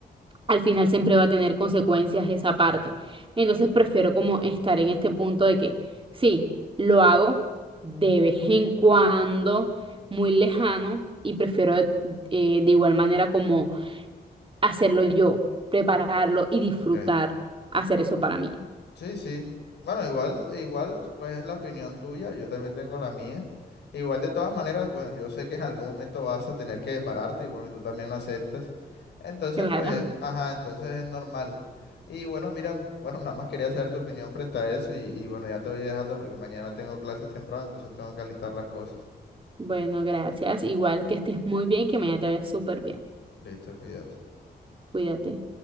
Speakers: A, on the right; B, on the left.
A: al final siempre va a tener consecuencias esa parte. Entonces prefiero como estar en este punto de que sí, lo hago de vez en cuando, muy lejano, y prefiero eh, de igual manera como hacerlo yo, prepararlo y disfrutar
B: ok.
A: hacer eso para mí.
B: Sí, sí. Bueno, igual, e igual, pues es la opinión tuya, yo también tengo la mía. Igual de todas maneras, bueno, yo sé que en algún momento vas a tener que desbararte y bueno, y tú también lo aceptas. Entonces,
A: Claro.
B: pues, ajá, entonces es normal. Y bueno, mira, <laughs> bueno, nada más quería saber tu opinión frente a eso y, y bueno, ya te voy dejando porque mañana tengo clases temprano, entonces tengo que alistar las cosas.
A: Bueno, gracias. Igual que estés muy bien y que mañana te vayas súper bien.
B: Listo, cuídate.
A: Cuídate.